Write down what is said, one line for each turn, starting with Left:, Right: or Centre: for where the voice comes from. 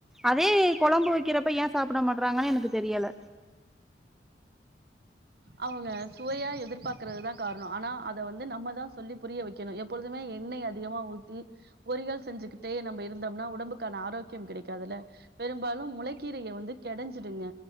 Centre: அதே கொழம்பு வைக்கிறப்ப ஏ சாப்ட மாட்றாங்கன்னு எனக்கு தெரியல
Right: அவுங்க சுவையா எதிர்பாக்கறதுதா காரணோ ஆனா அத வந்து நம்மதா சொல்லி புரிய வைக்கணு எப்பொழுதுமே எண்ணெய் அதிகமா ஊத்தி பொரிகள் செஞ்சுக்கிட்டே நம்ம இருந்தோம்னா உடம்புக்கான ஆரோக்கியம் கிடைக்காதுல பெரும்பாலு முளைக்கீரைய வந்து கெடஞ்சிடுங்க